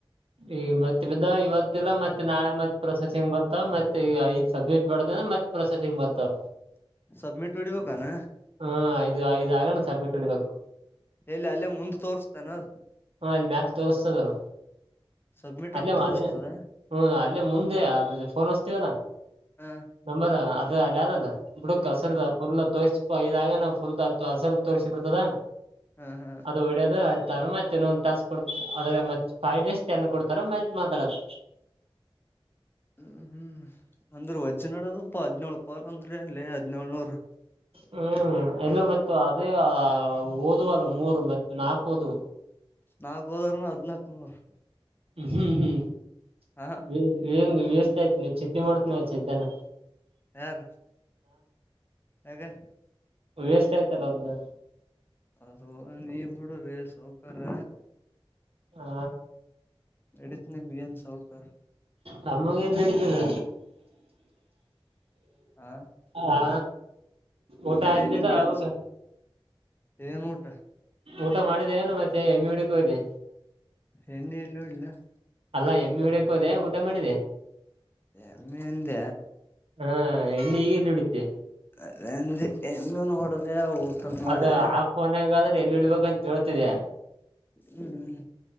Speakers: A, on the right; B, on the left.
A: ಈ ಮತ್ತೆ ಇವತ್ತ ಇಲ್ಲ ಮತ್ತೆ ನಾಳೆ ಮತ್ ಪ್ರೊಸೆಸಿಂಗ್ ಬರ್ತಾವ ಮತ್ತೆ ಈಗ ಐದ್ ಸಬ್ಮಿಟ್ ಮಾಡ್ದ ಮತ್ತೆ ಪ್ರೊಸೆಸಿಂಗ್ ಬರ್ತಾವ
B: ಸಬ್ಮಿಟ್ ಹೊಡಿಬೇಕಾನ
A: ಹಾ ಐದು ಐದಾಗಣ ಸಬ್ಯಟ್ ಹೊಡಿಬೇಕು
B: ಎಲ್ಲಿ ಅಲ್ಲೇ ಮುಂದ ತೋರ್ಸ್ತಾನ ಅದು
A: ಹಾ ಅಲ್ಲಿ ಮ್ಯಾಲ ತೋರಿಸ್ತದಲ್ಲ
B: ಸಬ್ಮಿಟ್
A: ಅಲ್ಲೇ
B: ಅಂತ ತೋರ್ಸ್ತದ
A: ಅದೇ ಹೂ ಅಲ್ಲೇ ಮುಂದೆ ಅದ ಫೋನ್ ಹೊಸ್ತೀವಲ್ಲ
B: ಹಾ
A: ನಂಬರ ಅದ ಅಲ್ಲಿ ಅದಲ್ಲ ಬಿುಡಕ್ ಹಸರದ
B: ಹ ಹ
A: ಫುಲ್ ತೋರಿಸ ಇದಾಗ ನಾವು ಫುಲ್ ಹಸರು ತೋರಿಸಿ ಬಿಿರ್ತದ
B: ಹ ಹ
A: ಅದು ಹೊಡೋದು ತ ಮತ್ ಒಂದು ತಾಸ ಕೊಡ್ ಆದ್ರೆ ಮತ್ತೆ ೈ್ ಚೆನ್ನ ಕೊಡ್ತಾರ ಮತ್ತತ್ ಮಾತಾಡದು
B: ಹೂ ಹೂ ಅಂದ್ರೆ ವಜ್ರ ನಡದಬ್ ಹದ್ಿನೇಳಳ್ ಕೋಲ್ ಅಂದ್ರ ಅನ್ಲ್ಲಿ ಹದ್ಿನೇಳಳ್ನೂರ್
A: ಹೂ ಎಲ್ಲ ಮತ್ತ ಅದೇ ಓದುವಲ್ಲ ಮೂರು ಮತ್ ನಾಕು ಓದ್
B: ನಾಕ್ ಹೋದರ್ನ ಹದ್ನಾಕ್ನೂರ್
A: ಹೂ ಹೂ
B: ಹಾ ಹಾ
A: ವೇಿಸಸ್ತಯತ್ ನೀವು ಚಿಂತೆ ಮಾಡ್ತ ನೀವ ಚಿಂತೆ ಮಾಡಿ ಚಂತನ
B: ಯಾರ ಹೇಗೆ
A: ವೇಸ್ಟ್ ಆಯ್ತಲ್ಲ ಒಂದು
B: ಅದ ನೀವು ಬಿೂಡ್ರೀ ಸೌಕರ್
A: ಹಾ
B: ನಡತ್ ನಿಮ್ಗೆ ಏನ್ ಸೌಕರ್
A: ನಮಗೆ ಎಲ್ಲಡ್ತದ
B: ಹಾ
A: ಹಾ ಊಟ ಆಯ್ತಲ್ಲ
B: ನಿಮ್ಗ
A: ಹೌದು
B: ಅನ್ಸ ಏನ್ ಊಟ
A: ಊಟ ಮಾಡಿದೆ ಅಲ್ಲ ಮತ್ತೆ ಹೆನ್ನಿ ಹೂಡಿಕೆ ಹೋದೆ
B: ಹೆಣ್ಣೆ ಎಲ್ಲಿ ಹೂಡಿಲ್ಲಿ ನಾನ್
A: ಅಲ್ಲಾ ಹೆಣ್ಣೆ ಹೊಡಿಯಕ್ಕೆ ಹೋದೆ ಏನ್ ಊಟ ಮಾಡಿದೆ
B: ಎಲ್ಮಿಂದ
A: ಹಾ ಎಳ್ಳ ಹಗೆಲ್ಲಿ ಹಡಿತೆ
B: ಅದ ಹೆಣ್ಣೇನು ಹೂಡಿದೆ ಊಟ ಮಾಡಿದೆ
A: ಅದು ಆ ಫೋನ್ಾಗ ಆದ್ರೆ ಎಲ್ಲಿ ಇಡ್ಬೇಕಂತೇಳ್ತಿದೆ
B: ಹ್ಮ್